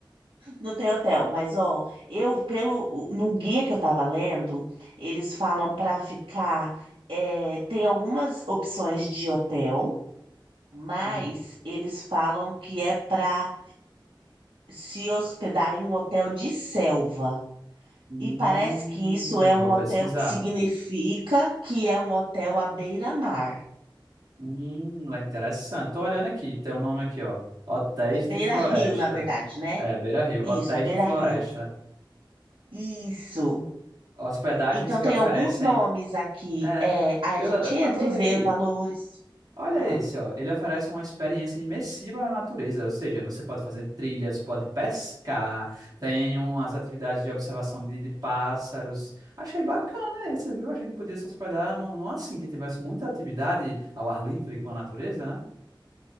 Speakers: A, on the right; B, on the right.
A: Não tem hotel, mas ó, eu pelo o- no guia que eu tava lendo, eles falam para ficar, é, tem algumas opções de hotel, mas
B: Hum.
A: eles falam que é para se hospedar em um hotel de selva.
B: Hum,
A: E parece que isso é um
B: vou
A: hotel,
B: pesquisar.
A: significa que é um hotel à beira-mar,
B: Hum, lá interessante. Tô olhando aqui, tem um nome aqui, ó. Hotéis
A: à beira-rio,
B: de Floresta.
A: na verdade, né?
B: É, Beira Rio,
A: Isso,
B: Hotéis
A: à beira-rio.
B: de Floresta.
A: Isso.
B: Hospedagens
A: Então,
B: que
A: tem
B: oferecem.
A: alguns nomes aqui.
B: É,
A: É, aí
B: eu
A: a gente
B: a-
A: entra
B: adorei.
A: e vê os valores.
B: Olha
A: Ah,
B: esse, ó. Ele oferece uma experiência imersiva na natureza, ou seja, você pode fazer trilhas, pode pescar, tem umas atividades de observação de, de pássaros. Achei bacana esse, viu? A gente podia se hospedar num, num assim que tivesse muita atividade ao ar livre com a natureza, né?